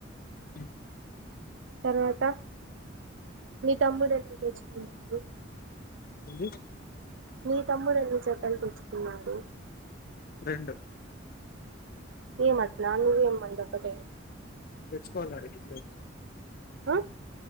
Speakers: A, on the left (about 50°); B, on the right (about 65°).
A: అ
B: తర్వాత మీ తమ్ముడు ఎన్ని తెచ్చుకుంటుడు
A: ఏంది
B: మీ తమ్ముడు ఎన్ని జతలు తెచ్చుకున్నాడు
A: రెండు
B: ఏం అట్లా నవ్వు ఎం మల్ల ఒక్కటే
A: తెచ్చుకోవాలడి
B: ఆ